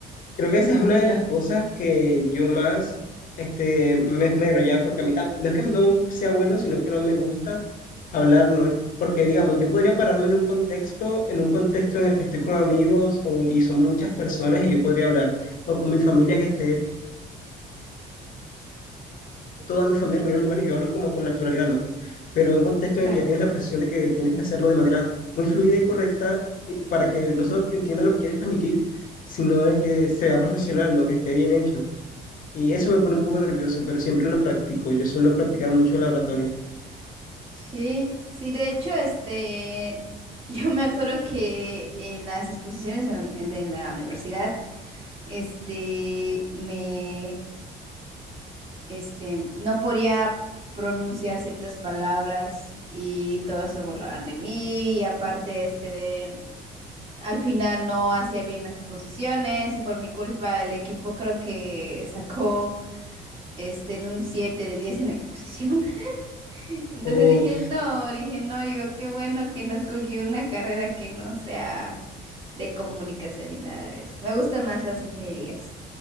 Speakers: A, on the left; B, on the right.
A: creo que esa es una de las cosas que yo más este, me esmero ya, porque a mí tam- no es que no sea bueno, sino que no me gusta hablar, ¿no? Porque digamos, yo podría pararme en un contexto, en un contexto en el que estoy con amigos o, y son muchas personas y yo podría hablar, o con mi familia que esté toda mi familia reunida en un lugar y yo hablo como con naturalidad, ¿no? Pero en un contexto
B: <laughs>
A: en el que ya tienes
B: Claro.
A: la presión de que tienes que hacerlo de manera muy fluida y correcta eh, para que no solo entienda lo que quieres transmitir, sino de que sea profesional, ¿no? Que esté bien hecho. Y eso me pone un poco nervioso, pero siempre lo practico. Yo suelo practicar mucho la oratoria.
B: Sí, sí, de hecho, este, <laughs> yo me acuerdo que en las exposiciones en, en- de la universidad, este, me, este, no podía pronunciar ciertas palabras y todos se burlaban de mí y aparte, este, de, al final no hacía bien las exposiciones y por mi culpa el equipo creo que sacó, este, en un 7 de 10 en <laughs> la exposición. Entonces
A: Uf,
B: dije, no, dije, no, digo, qué bueno que no escogí una carrera que no sea de comunicación y nada de eso. Me gustan más las ingenierías